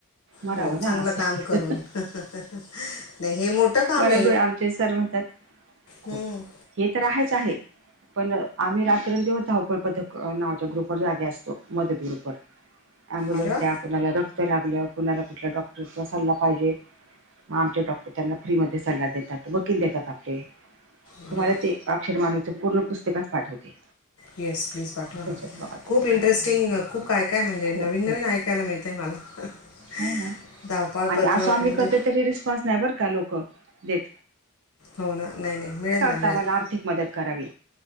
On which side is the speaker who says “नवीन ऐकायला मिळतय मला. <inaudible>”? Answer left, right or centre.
Left